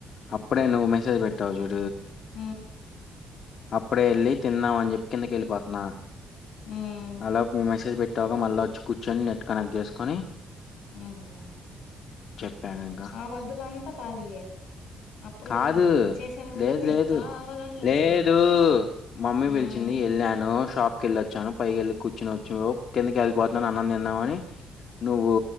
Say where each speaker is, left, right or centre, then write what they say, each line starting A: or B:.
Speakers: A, on the left; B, on the left.
A: అప్పుడే నువ్వు మెసేజ్ పెట్టవ చుడు
B: ఆ
A: అప్పుడే ఎల్లి తిన్నాం అని చెప్పి కిందకి వెళ్ళొపోతంది. నా
B: మ్మ్
A: అలోపు మెసేజ్ పెట్టావుగా మళ్ల వచ్చి కూర్చొని, నెట్ కనెక్ట్ చేసుకొని
B: మ్మ్
A: చెప్పాగా ఇంకా
B: ఆ మధ్యలో అంతా ఖాళీయే అప్పుడు
A: కాదు
B: తినవు చేసే ముందే
A: లేదు లేదు
B: కావాలని
A: లేదు
B: అసలు
A: మమ్మీ
B: మ్మ్
A: పిలిచింది వెళ్ళాను షాప్ కెళ్ళొచ్చాను పైకెళ్ళి కూర్చనవచ్చు కిందకెళ్ళిపోత్ నేను అన్నం తిన్నావని నువ్వు